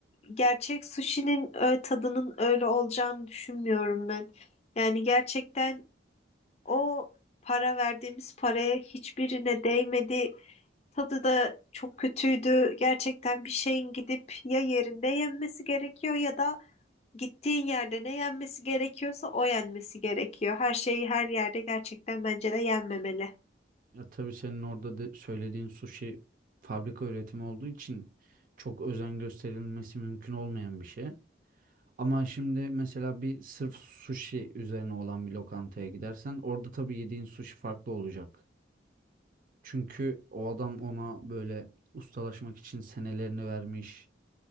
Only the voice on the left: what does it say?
Gerçek sushi'nin ö, tadının öyle olacağını düşünmüyorum ben. Yani gerçekten o para verdiğimiz paraya hiçbirine değmedi. Tadı da çok kötüydü. Gerçekten bir şeyin gidip ya yerinde yenmesi gerekiyor ya da Gittiğin yerde ne yenmesi gerekiyorsa o yenmesi gerekiyor. Her şeyi her yerde gerçekten bence de yenmemeli.